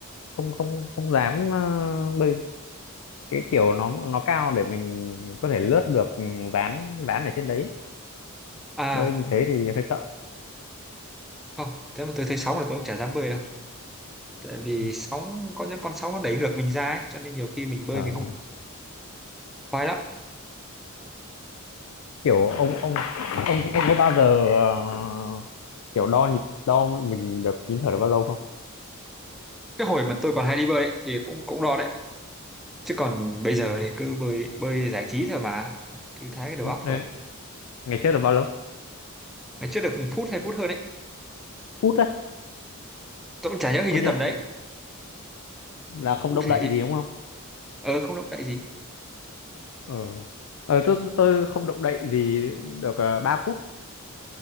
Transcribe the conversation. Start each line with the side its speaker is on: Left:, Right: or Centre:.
Left: không không không dám ờ, bơi cái kiểu nó nó cao để mình có thể lướt được ừ, ván ván ở trên đấy
Centre: à
Left: bơi như thế thì hơi sợ
Centre: không thế mà tôi thấy sóng là tôi cũng chả dám bơi đâu tại vì
Left: Ừ.
Centre: sóng có những con sóng nó đẩy ngược mình ra ấy, cho nên nhiều khi mình bơi
Left: Ờ,
Centre: mình không khoái lắm
Left: kiểu ông ông ông ông có bao giờ ờ, kiểu đo nhịp đo mình được nín thở được bao lâu không
Centre: cái hồi mà tôi còn hay đi bơi ấy, thì cũng cũng đo đấy chứ còn bây giờ thì cứ bơi bơi giải trí thôi mà thư thái cái đầu
Left: Ừ,
Centre: óc
Left: đấy.
Centre: rồi
Left: ngày trước là bao lâu
Centre: ngày trước được phút hay phút hơn đấy
Left: phút á
Centre: tôi cũng chả nhớ hình
Left: có
Centre: như
Left: nghĩa
Centre: tầm đấy
Left: là không
Centre: cụ
Left: động
Centre: thể
Left: đậy
Centre: thì
Left: gì đúng không
Centre: ờ không động đậy gì
Left: ờ ờ tôi tôi tôi không động đậy gì được uh, 3 phút